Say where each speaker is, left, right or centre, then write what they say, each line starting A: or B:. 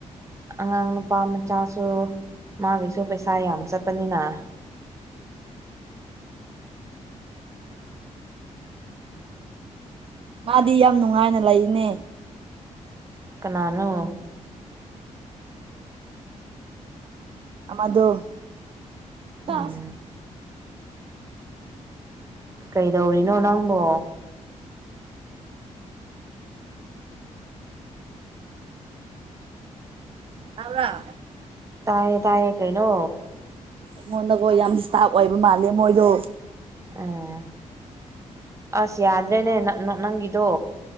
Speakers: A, on the right; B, on the right.
A: ꯑꯉꯥꯡ ꯅꯨꯄꯥ ꯃꯆꯥꯁꯨ ꯃꯥꯒꯤꯁꯨ ꯄꯩꯁꯥ ꯌꯥꯝ ꯆꯠꯄꯅꯤꯅ
B: ꯃꯥꯗꯤ ꯌꯥꯝ ꯅꯨꯡꯉꯥꯏꯅ ꯂꯩꯅꯦ
A: ꯀꯅꯥꯅꯣ
B: ꯑꯃꯗ ꯆ
A: ꯎꯝ ꯀꯩꯗꯧꯔꯤꯅꯣ ꯅꯪꯕꯣ
B: ꯥꯎ ꯌꯥ꯭ꯔ
A: ꯇꯥꯏꯌꯦ ꯇꯥꯏꯌꯦ ꯀꯩꯅ
B: ꯑꯩꯉꯣꯟꯗꯀꯣ ꯌꯥꯝ ꯗꯤꯁꯇꯥꯞ ꯑꯣꯏꯕ ꯃꯥꯜꯂꯦ ꯃꯣꯏꯗꯣ
A: ꯎꯝ ꯑꯁ ꯌꯥꯗ꯭ꯔꯦꯅꯦ ꯅꯪꯒꯤꯗꯣ